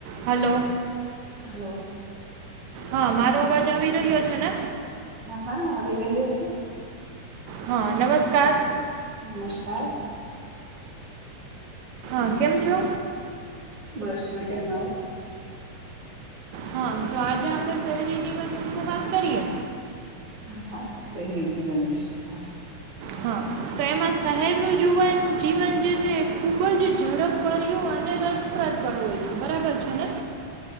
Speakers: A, on the right; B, on the right.
A: Hello
B: hello
A: હા મારો અવાજ આવી રહ્યો છે ને
B: હા હા આવી રહ્યો છે
A: હ નમસ્કાર
B: નમસ્કાર
A: હા કેમ છો
B: બસ મજામા હો
A: હા તો આજે આપણે શહેરી જીવન વિશે વાત કરીએ
B: હા હા શેહેરી જીવન વિશે હા
A: હા તો એમા શહેરનુ જીવન જીવન જે છે એ ખૂબ જ ઝડપભર્યું અને રસપ્રદ પણ હોય છે બરાબર છે ને